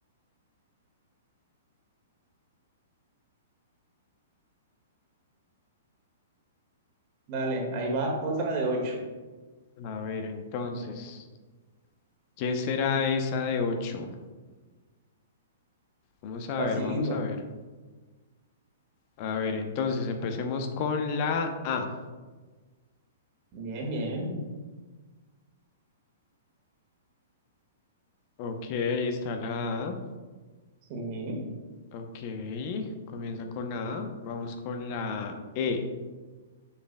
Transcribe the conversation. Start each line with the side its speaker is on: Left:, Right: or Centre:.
Right: Dale, ahí va otra de ocho.
Left: A ver, entonces.
Right: Me-
Left: ¿Qué será esa de 8? vamos a
Right: Facilito.
Left: ver, vamos a ver. A ver, entonces empecemos con la A.
Right: Bien, bien.
Left: Ok, ahí está la A.
Right: Sí,
Left: Ok, comienza con A. Vamos con la E.